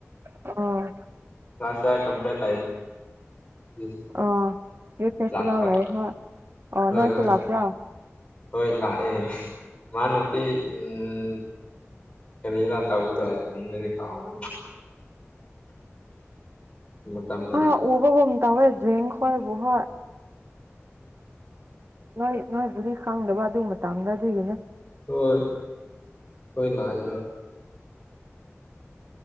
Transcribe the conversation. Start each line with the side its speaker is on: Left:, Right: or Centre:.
Right: ꯑ
Left: ꯉꯁꯔ ꯀꯝꯄ꯭ꯂꯦꯟ <unintelligible>
Right: ꯑ ꯌꯨꯠ ꯐꯦꯁꯇꯤꯚꯦꯜ
Left: ꯂꯥꯛꯄ
Right: ꯂꯩ ꯍꯣꯏ ꯑ
Left: ꯍꯣꯏ
Right: ꯅꯣꯏꯁꯨ
Left: ꯍꯣꯏ
Right: ꯂꯥꯛꯄ꯭ꯔꯣ
Left: ꯍꯣꯏ ꯂꯥꯛꯑꯦ ꯃꯥ ꯅꯨꯄꯤ ꯎꯝ ꯀꯔꯤꯅꯣ ꯇꯧ <unintelligible> ꯃꯇꯝꯗꯣ
Right: ꯑ
Left: ꯂꯥꯛ
Right: ꯎꯕꯕꯨꯡ ꯇꯧꯋꯦ <unintelligible> ꯅꯣꯏ ꯅꯣꯏꯕꯨꯗꯤ ꯈꯪꯗꯕ ꯑꯗꯨ ꯃꯇꯝꯗ ꯑꯗꯨꯒꯤꯅꯦ
Left: ꯍꯣꯏ ꯑꯈꯣꯏ ꯂꯥꯛꯏꯕ